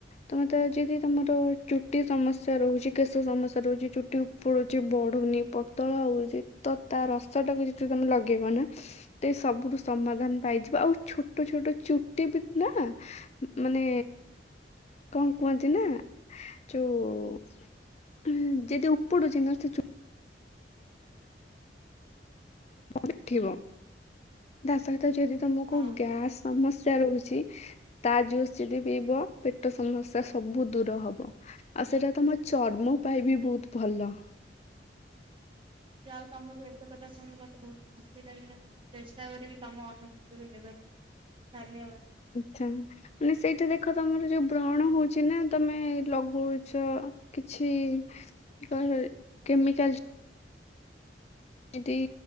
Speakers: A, on the left (about 35°); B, on the right (about 30°).
A: ତମେ ତ ଯଦି ତମର ଚୁଟି ସମସ୍ୟା ରହୁଚି କେଶ ଶ ସମସ୍ୟା ରହୁଚି ଚୁଟି ଉପୁଡୁଚି ବଢୁନି ପତଳା ହୋଉଚି ତ ତା ରସଟାକୁ ଯେତେବେଳେ ତମେ ଲଗେଇ ଇବ ନା ତ ଏଇ ସବୁଠୁ ସମାଧାନ ପାଇଯିବ ଆଉ ଛୋଟ ଛୋଟ ଚୁଟି ବି ନା ମାନେ କଣ କୁହନ୍ତି ନା ଯୋଉ ଉଁ ଯଦି ଉପୁଡୁଚି ନା ସେ ଚୁ ଉଠିବ ତା ସହିତ ଯଦି ତମକୁ
B: ହଁ
A: ଗ୍ୟାସ୍ ସମସ୍ୟା ଟା ରହୁଚି ତା ଜୁସ୍ ଯଦି ପିଇବ ପେଟ ସମସ୍ୟା ସବୁ ଦୂର ହବ ସେଟା ତମ ଚର୍ମ ପାଇଁ ବି ବୋହୁତ ଭଲ।
B: ଆଉ ତମଠୁ ଏତେ କଥା ଶୁଣି ମତେ ବୋହୁତ ଖୁସି ଲାଗିଲାଣି ମୁଁ ଚେଷ୍ଟା କରିବି ତମ ଅନୁଭୂତିକୁୁ ନେବା ପାଇଁ। ଧନ୍ୟବାଦ।
A: ଆଚ୍ଛା ମାନେ ସେଇଟା ଦେଖ ତମର ଯୋଉ ବ୍ରଣ ହୋଉଚି ନା ତମେ ଲଗୋଉଛ କିଛି କହି-କେମିକାଲ ଏମତି